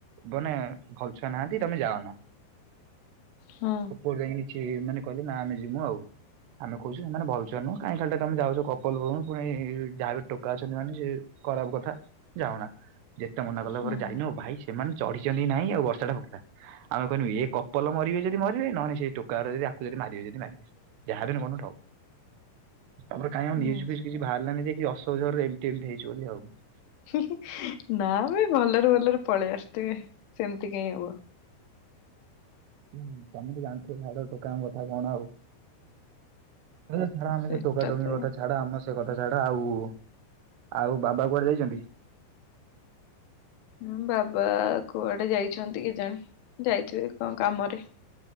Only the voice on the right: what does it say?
ମାନେ ଭଲଛଆ ନାହାନ୍ତି ତମେ ଯାଅ ନା।
ଓଲେଇନି ଛେ ମାନେ କହିଲେ ନା ଆମେ ଜମୁ ଆଉ। ଆମେ କହୁଛେ ସେମାନେ ଭଲଛୁଆ ନୁହେଁ କାହିଁ ଖାଲିଟା ତମେ ଯାଉଛ କପଲ ପୁଣି ଯାହାବି ଟୋକ ଅଛନ୍ତି ମାନେ ସେ ଖରାପ କଥା ଯାଅନା। ଯେତେ ମନା କଲା
ପରେ ଯାଇନ ଭାଇ ସେମାନେ ଚଢିଛନ୍ତି ନାଇଁ ଆଉ ବର୍ଷା ଟା ହୋଉଥିଲା। ଆମେ କହିନୁ ଏ କପଲ ମରିବେ ଯଦି ମରିବେ ନହନେ ସେ ସେ ଟୋକା ଓରା ଯଦି ଆଙ୍କୁ ଯଦି ମାରିବେ ଯଦି ମାରିବେ। ଯାହା ବି କଣ ଗୋଟେ ହ ତା ପରେ କାଇଁ ଆଉ
ନ୍ୟିୟୁଜ୍ ଫ୍ୟିୟୁଜ୍ କିଛି ବାହାରି ଲାନି ଯେ କି ଅସକଝର ରେ ଏମିତି ଏମିତି ହେଇଛି ବୋଲି ଆଉ।
ତମେ ତ ଜାଣିଥିଲ ଝାଡୁଆ ଟୋକାଙ୍କ କଥା କଣ ଆଉ। ହେ ଛାଡ ଆମେ
ସେ ଟୋକା ଟୋକିଙ୍କ
କଥା ଛାଡ ଆମର ସେ ସେ କଥା ଛାଡ। ଆଉ ଆଉ ବାବା କୁଆଡେ ଯାଇଛନ୍ତି?